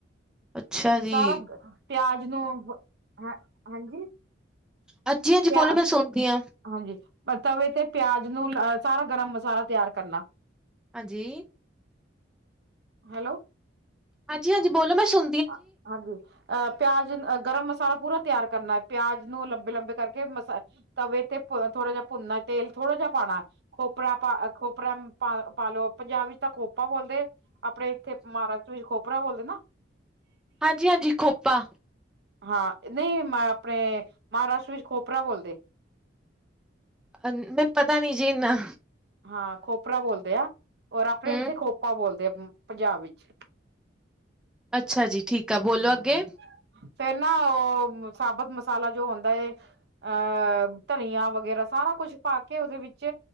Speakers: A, in the centre; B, on the right.
A: ਅੱਛਾ ਜੀ।
B: ਸਾਰਾ, ਪਿਆਜ ਨੂੰ ਹ ਹਾਂਜੀ
A: ਹਾਂਜੀ -ਹਾਂਜੀ
B: ਪਿਆ
A: ਬੋਲੋ ਮੈਂ ਸੁਣਦੀ ਹਾਂ
B: ਹਾਂਜੀ ਤਵੇ ਤੇ ਪਿਆਜ ਨੂੰ, ਸਾਰਾ ਗਰਮ ਮਸਾਲਾ ਤਿਆਰ ਕਰਨਾ।
A: ਹਾਂਜੀ।
B: ਹੈਲੋ।
A: ਹਾਂਜੀ-ਹਾਂਜੀ ਬੋਲੋ ਮੈਂ ਸੁ।
B: ਆ ਹਾਂਜੀ। ਅ ਪਿਆਜ ਗਰਮ ਮਸਾਲਾ ਪੂਰਾ ਤਿਆਰ ਕਰਨਾ ਐ। ਪਿਆਜ ਨੂੰ ਲੰਬੇ ਲੰਬੇ ਕਰਕੇ ਮਸਾ। ਤਵੇ ਤੇ ਪ ਥੋੜ੍ਹਾ ਜਿਹਾ ਭੁੰਨਨਾ ਤੇਲ ਥੋੜਾ ਜਿਹਾ ਪਾਣਾ ਐ। ਖੋਪਰਾ ਪਾ ਖੋਪਰਾ ਪਾ ਪਾਲੋ ਪੰਜਾਬ ਵਿੱਚ ਤਾਂ ਖੋਪਾ ਬੋਲਦੇ ਆਪਣੇ ਇੱਥੇ ਮਾਹ। ਤੁਸੀ ਖੋਪਰਾ ਬੋਲਦੇ ਨਾ।
A: ਹਾਂਜੀ ਹਾਂਜੀ ਖੋਪਾ।
B: ਹਾਂ ਨਈ ਮੈਂ ਅਪਣੇ ਮਹਾਰਾਸ਼ਟਰ ਵਿੱਚ ਖੋਪਰਾ ਬੋਲਦੇ।
A: ਮੈਨੂੰ ਪਤਾ ਨੀ ਜੀ ਏਨਾ।
B: ਹਾਂ ਖੋਪਰਾ ਬੋਲਦੇ ਆ ਔਰ ਆਪਣੇ
A: ਹੂੰ
B: ਇੱਥੇ ਖੋਪਾ ਬੋਲਦੇ ਐ ਪੰਜਾਬ ਵਿੱਚ।
A: ਅੱਛਾ ਜੀ ਠੀਕ। ਆ ਬੋਲੋ
B: ਹਾਂਜੀ।
A: ਅੱਗੇ
B: ਫੇਰ ਨਾ ਓ ਸਾਬਤ ਮਸਾਲਾ ਜੋ ਹੁੰਦਾ ਏ। ਅ ਧਨੀਆ ਵਗੈਰਾ ਸਾਰਾ ਕੁਛ ਪਾ ਕੇ ਓਦੇ ਵਿੱਚ।